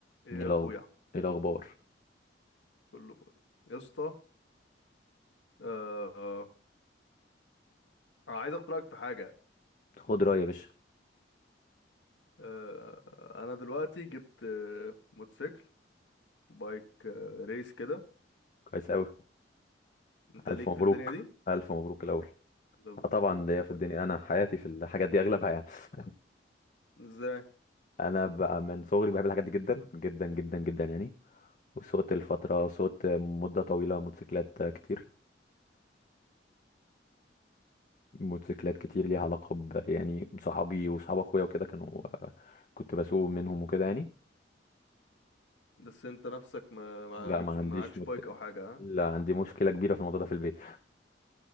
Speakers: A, on the left; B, on the left.
A: إيه
B: ايه
A: يا
B: الأخ-
A: اخويا
B: إيه الاخبار
A: كله فل يا اسطى آه آه، عايز اخد رايك في حاجه
B: خد رأيي يا باشا
A: آه انا دلوقتي جبت آه موتوسيكل بايك آه ريس كده
B: كويس قوي
A: انت
B: الف
A: ليك
B: مبروك
A: في الدنيا دي
B: الف مبروك الاول
A: ده بايك
B: آه طبعا
A: ليك
B: ليا
A: يا اخويا
B: في الدنيا انا حياتي في الحاجات دي اغلبها يعني <laughs>
A: ازاي
B: انا بقى من صغري بحب الحاجات دي جدا جدا جدا جدا يعني وسوقت الفتره سوقت مده طويله موتوسيكلات كتير موتوسيكلات كتير ليها علاقه ب يعني صحابي وصحاب اخويا وكده كانوا آه، كنت بسوق منهم وكده يعني
A: بس انت نفسك ما ما
B: لا
A: جبتش
B: ما عنديش
A: معكش
B: موتوسيكل
A: بايك او حاجه ها
B: لا عندي مشكله كبيره في الموضوع ده في البيت